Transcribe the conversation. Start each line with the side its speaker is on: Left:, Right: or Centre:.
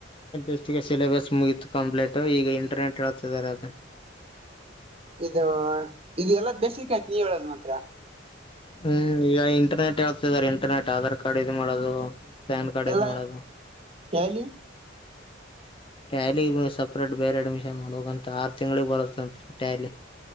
Left: ಅಷ್ಟಿಗೆ ಸಿಲೆಬಸ್ ಮುಗತು ಕಂಪ್ಲೀಟ್ ಈಗ ಇಂಟರ್ನೆಟ್ ಹೇಳ್ತಿದ್ದಾರೆ ಅದು
Right: ಇದು, ಇದು ಎಲ್ಲಾ ಬೇಸಿಕ್ ಆಯ್ತು ನೀವ ಹೇಳೋದ್ ಮಾತ್ರ.
Left: ಹ್ಮ್, ಈಗ ಇಂಟರ್ನೆಟ್ ಹೇಳ್ತಿದಿದ್ದಾರೆ. ಇಂಟರ್ನೆಟ್ ಆಧಾರ್ ಕಾರ್ಡ್ ಇದು ಮಾಡೋದು. ಫ್ಯಾನ್ ಕಾರ್ಡ
Right: ಎಲ್ಲ
Left: ಇದುಮಾಡದು.
Right: ಟ್ಯಾಲಿ
Left: ಟ್ಯಾಲಿಗು ಸಪ್ರೇಟ್ ಬೇರೆ ಅಡ್ಮಿಷನ್ ಮಾಡಬೇಕಂತ. ಆರು ತಿಂಗಳಿಗೆ ಬರತ್ತಂತ ಟ್ಯಾಲಿ